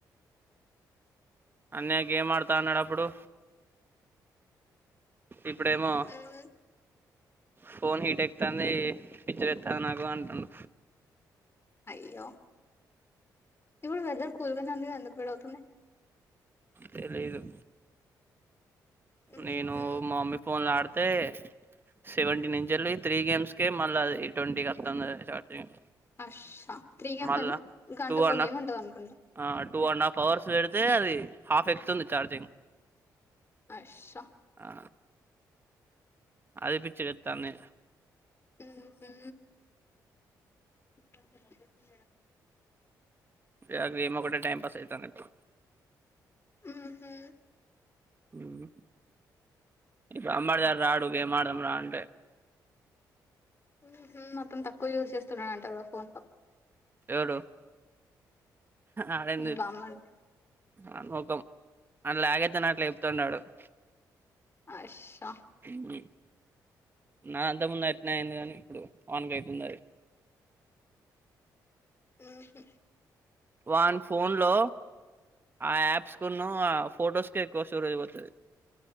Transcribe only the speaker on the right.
అన్నయ గేమ్ ఆడుతా అన్నాడప్పుడు ఇప్పుడేమో
ఫోన్ హీట్ ఎక్తుంది పిచ్చి లేస్తుంది నాకు అంటున్నా
తెలిదు
నేను మా మమ్మీ ఫోన్ల ఆడితే సెవెంటీన్ ఇంచేలి త్రీ గేమ్స్కి మళ్ళీ ట్వంటీకి వస్తుంది ఛార్జింగ్
మళ్ళా
టూ
అండ్
ఆ టూ అండ్ హాఫ్ అవర్స్ పెడితే అది హాఫ్ ఎక్తుంది ఛార్జింగ్
ఆ అది పిచ్చిలేతంది
బ గేమ్ ఒకటె టైమ్ పాస్ అయితుంది ఇప్పుడు
మ్ ఇప్పుడు అమ్మాడుదారు రాడు గేమ్ మాడదాం రా అంటే
ఎవడు ఆడ ఎం
అనిమొఖం అని లాగైతేన అట్లా చెప్తున్నాడు వాడు
ఉహు నా అంత ముందు అట్నే అయింది కానీ ఇప్పుడు ఆన్కి అవుతుంది
వాని ఫోన్లో ఆ యాప్స్కున్ను ఆ ఫొటోస్కె ఎక్కువ స్టోరేజ్ పోతది